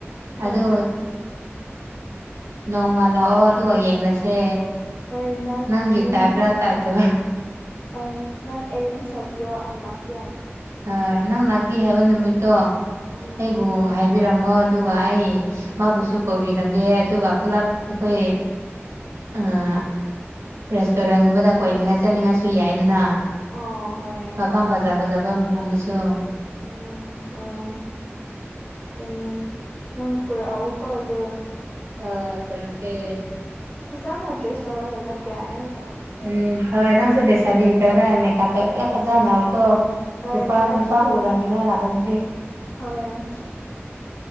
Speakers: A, on the left (about 35°); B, on the right (about 75°).
A: ꯍꯣꯏ
B: ꯑꯗꯨ ꯅꯣꯡꯃ ꯂꯥꯛꯑꯣ ꯑꯗꯨꯒ ꯌꯦꯡꯉꯁꯦ
A: ꯍꯣꯏ ꯅꯪ
B: ꯅꯪꯒꯤ
A: ꯑꯦꯅꯤ
B: ꯇꯥꯏꯞꯔ ꯇꯥꯏꯞꯇꯕ
A: ꯍꯣꯏ ꯅꯪ ꯑꯦꯔꯦꯟꯖ ꯇꯧꯕꯤꯌꯣ ꯑꯩ ꯂꯥꯛꯀꯦ
B: ꯍꯣꯏ ꯅꯪ ꯂꯥꯛꯀꯦ ꯍꯥꯏꯕ
A: ꯎꯝ
B: ꯅꯨꯃꯤꯠꯇꯣ
A: ꯎꯝ
B: ꯑꯩꯕꯨ ꯍꯥꯏꯕꯤꯔꯛ ꯃꯣ ꯑꯗꯨꯒ ꯑꯩ ꯃꯥꯕꯨꯁꯨ ꯀꯧꯕꯤꯔꯝꯒꯦ ꯑꯗꯨꯒ ꯄꯨꯂꯞ ꯑꯈꯣꯏ ꯑꯥ ꯔꯦꯁ꯭ꯇꯣꯔꯦꯟ꯭ꯠ ꯒꯨꯝꯕꯗ ꯀꯣꯏꯅꯤꯡꯉꯥꯢ ꯆꯠꯅꯤꯡꯉꯥꯢꯁꯨ ꯌꯥꯏꯗꯅ
A: ꯑꯣ ꯍꯣꯏ
B: ꯃꯐꯝ ꯐꯖ ꯐꯖꯕ ꯐꯝꯗꯁꯨ
A: ꯎꯝ ꯍꯣꯏ ꯑꯗꯨꯅꯤ ꯅꯪ ꯄꯨꯔꯛꯑꯣꯀꯣ ꯑꯗꯨ
B: ꯍꯣꯢ ꯄꯨꯔꯛꯒꯦ
A: ꯐꯖꯥꯅ ꯗ꯭ꯔꯦꯁ ꯇꯧꯔꯒ ꯂꯥꯛꯒꯦ ꯑꯩꯩ
B: ꯎꯝ ꯍꯣꯏ ꯅꯪꯁꯨ ꯂꯩꯁꯥꯕꯤ ꯇꯧꯔꯒ ꯃꯦꯀꯥꯞ ꯇꯣ ꯐꯖꯅꯕ ꯒꯣ
A: ꯍꯣꯏ
B: ꯅꯨꯄꯥ
A: ꯃꯦꯀꯞꯁꯨ
B: ꯅꯨꯄꯥ ꯎꯔꯥꯅꯤꯡꯉꯥꯏ ꯂꯥꯛꯄꯗꯤ
A: ꯍꯣꯢꯌꯦ